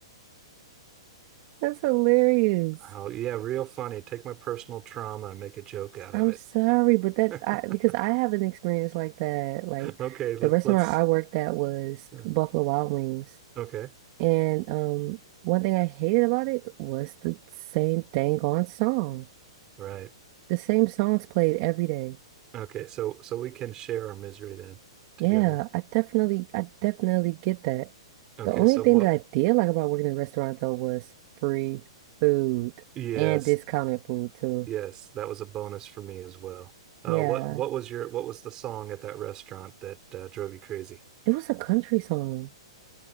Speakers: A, on the right; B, on the right.
A: That's hilarious.
B: Oh, yeah, real funny. Take my personal trauma and make a joke out
A: I'm
B: of it.
A: sorry, but that
B: <laughs>
A: I because I have an experience like that. Like
B: Okay, let's
A: the restaurant
B: let's
A: I worked at was
B: yeah,
A: Buffalo Wild Wings.
B: okay.
A: And um one thing I hated about it was the same dang on song.
B: Right.
A: The same songs played every day.
B: Okay, so so we can share our misery then together.
A: Yeah, I definitely I definitely get that.
B: Okay,
A: The only
B: so
A: thing
B: what
A: that I did like about working in a restaurant though was free food
B: yes,
A: and discounted food too.
B: yes, that was a bonus for me as well. Uh
A: Yeah.
B: what what was your what was the song at that restaurant that uh, drove you crazy?
A: It was a country song.